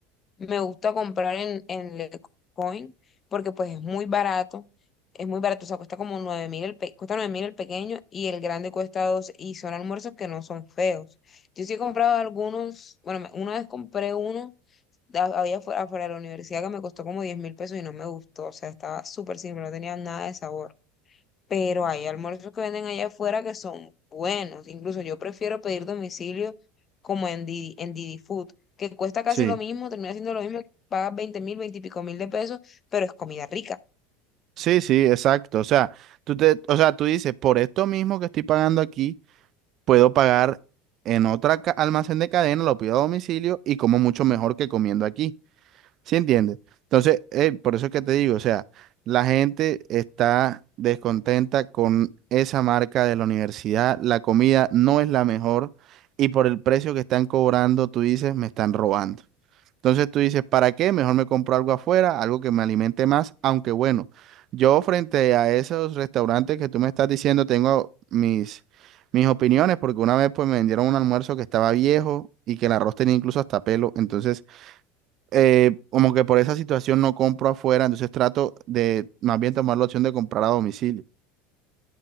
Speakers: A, on the left; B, on the right.
A: Me gusta comprar en, en Lecoin porque pues es muy barato. Es muy barato, o sea, cuesta como nueve mil el, pe- cuesta nueve mil el pequeño y el grande cuesta 12 y son almuerzos que no son feos. Yo sí he comprado algunos, bueno, me- una vez compré uno de a- había afuera, afuera de la universidad que me costó como diez mil pesos y no me gustó, o sea, estaba súper simple, no tenía nada de sabor pero hay almuerzos que venden allá afuera que son buenos. Incluso yo prefiero pedir domicilio como en Didi, en Didi Food, que cuesta casi
B: Sí,
A: lo mismo, termina siendo lo mismo, pagas veinte mil, 20 y pico mil de pesos, pero es comida rica.
B: sí, sí, exacto. O sea, tú te, o sea, tú dices, por esto mismo que estoy pagando aquí puedo pagar en otra ca- almacén de cadena, lo pido a domicilio y como mucho mejor que comiendo aquí. ¿Sí entiendes? Entonces, eh, por eso es que te digo, o sea, la gente está descontenta con esa marca de la universidad, la comida no es la mejor y por el precio que están cobrando, tú dices, me están robando. Entonces tú dices, ¿para qué? Mejor me compro algo afuera, algo que me alimente más, aunque bueno, yo frente a esos restaurantes que tú me estás diciendo, tengo mis, mis opiniones, porque una vez pues me vendieron un almuerzo que estaba viejo y que el arroz tenía incluso hasta pelo, entonces eh, como que por esa situación no compro afuera, entonces trato de más bien tomar la opción de comprar a domicilio.